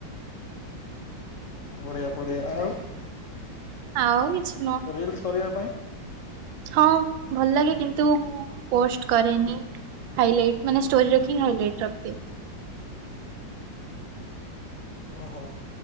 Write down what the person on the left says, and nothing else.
ବଢିଆ ବଢିଆ ଆଉ
ରିଲ୍ସ୍ କରିବା ପାଇ?
ଓହୋ